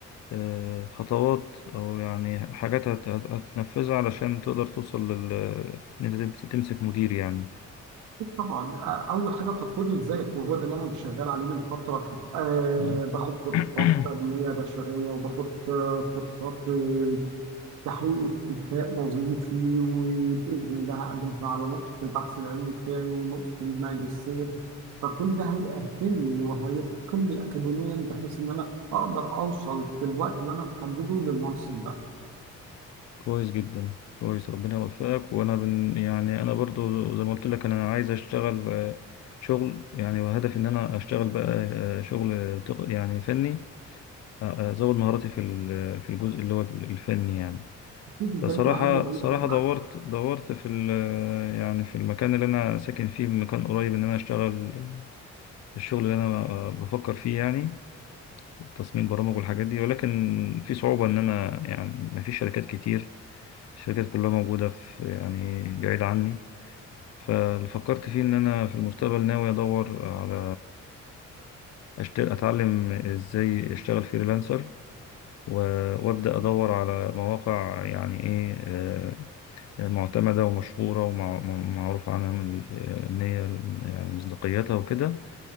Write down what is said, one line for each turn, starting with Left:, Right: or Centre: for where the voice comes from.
Left: آه، خطوات أو يعني حاجات هت- هت- هتنفذها علشان تقدر توصل لل إن أنت تمس- تمسك مدير يعني
Right: طبعا آه، اول حاجه تطوير الذات وهو ده اللي انا شغال عليه من فتره أه
Left: مم.
Right: باخد كورسات
Left: <clears throat>
Right: تنميه بشريه وباخد آه، كورسات آه، تحقيق اكتفاء وظيفي وبإذن الله هقدم على نقطة البحث العلمي بتاعي ونقطة الماجستير فكل ده هيأهلني وهيتقني أكاديميا بحيث إن أنا أقدر أوصل في الوقت اللي أنا محدده للمنصب ده
Left: كويس جدا كويس ربنا يوفقك وأنا بن يعني أنا برضو زي ما قلت لك أنا عايز أشتغل آه، شغل يعني وهدفي إن أنا أشتغل بقى آه، شغل تق- يعني فني ازود مهاراتي في ال- في الجزء اللي هو الفني يعني
Right: أكيد الجانب
Left: فصراحة
Right: العملي هيفرق
Left: صراحة
Right: معايا
Left: دورت دورت في ال- يعني في المكان اللي انا ساكن فيه مكان قريب ان انا اشتغل الشغل اللي انا بفكر فيه يعني تصميم برامج والحاجات دي ولكن في صعوبة ان انا يعني ما فيش شركات كتير الشركات كلها موجودة في يعني بعيد عني فاللي فكرت فيه ان انا في المستقبل ناوي ادور على أشت- اتعلم ازاي اشتغل فريلانسر و- وابدأ أدور على مواقع يعني إيه آه، معتمدة ومشهورة ومعروف عنها من آه، إن هي يعني مصداقيتها وكده